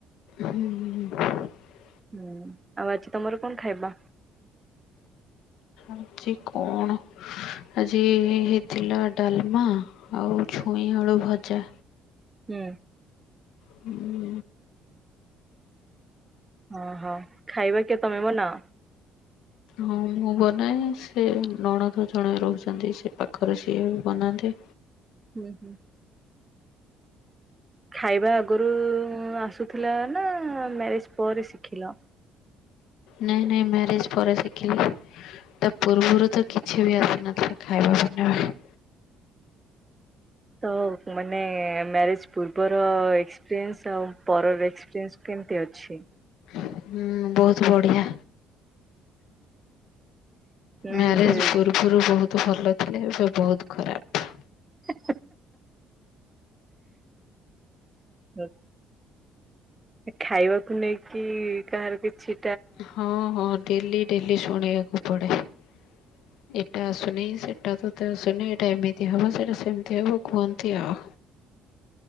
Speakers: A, on the left; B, on the right.
A: ହୁଁ।
B: ହୁଁ ଆଉ ଆଜି ତମର କଣ ଖାଇବା?
A: ଆଜି କଣ ଆଜି ହେଇଥିଲା ଡାଲମା ଆଉ ଛୁଇଁ ଆଳୁ ଭଜା।
B: ହୁଁ।
A: ହୁଁ
B: ଓହୋ ଖାଇବା କିଏ ତମେ ବନାଅ?
A: ହଁ ମୁଁ ବନାଏ ସେ ନଣଦ ଜଣେ ରହୁଛନ୍ତି ସେ ପାଖରେ ସିଏ ବି ବନାନ୍ତି।
B: ହୁଁ ହୁଁ। ଖାଇବା ଆଗରୁ ଆସୁଥିଲା ନା ମ୍ୟାରେଜ ପରେ ଶିଖିଲ?
A: ନାଇଁ ନାଇଁ ମ୍ୟାରେଜ ପରେ ଶିଖିଲି। ତା ପୂର୍ବରୁ ତ କିଛି ବି ଆସେ ନଥିଲା ଖାଇବା ବନେଇବା।
B: ତ ମାନେ ମ୍ୟାରେଜ ପୂର୍ବର ଏକ୍ସପିରିଏନ୍ସ ଆଉର ଏକ୍ସପିରିନ୍ସ କେ କେମତି ଅଛି?
A: ହୁଁ ବହୁତ ବଢିଆ।
B: ମାନେ
A: ମ୍ୟାରେଜ ପୂର୍ବରୁ ବହୁତ ତୁ ଭଲ ଥିଲେ ଏବେ ବହୁତ ଖରାପ।
B: ହା ହା ଏ ଖାଇବାକୁ ନେଇକି କାହାର କିଛି
A: ହଁ ହଁ ଡେଲି ଡେଲି ଶୁଣିବାକୁ ପଡେ। ଏଇଟା ଆସୁନି, ସେଟା ତତେ ଆସୁନି, ଏଇଟା ଏମିତି ହବ, ସେଟା ସେମିତି ହବ, କୁହନ୍ତି ଆଉ
B: <inaudible>